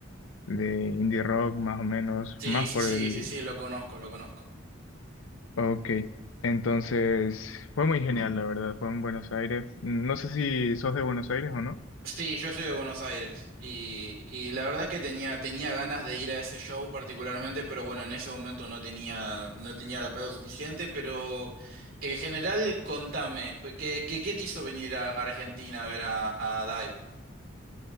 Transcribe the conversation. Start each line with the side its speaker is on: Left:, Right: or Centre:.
Left: de indie rock más o menos,
Right: Sí,
Left: más
Right: sí,
Left: por
Right: sí,
Left: el
Right: sí, sí, lo conozco, lo conozco.
Left: Ok, entonces fue muy genial, la verdad, fue en Buenos Aires. No sé si sos de Buenos Aires o no.
Right: Sí, yo soy de Buenos Aires y, y la verdad es que tenía, tenía ganas de ir a ese show particularmente, pero bueno, en ese momento no tenía, no tenía la plata suficiente, pero en general, contame, pues, ¿qué, qué, qué te hizo venir a Argentina a ver a, a Dive?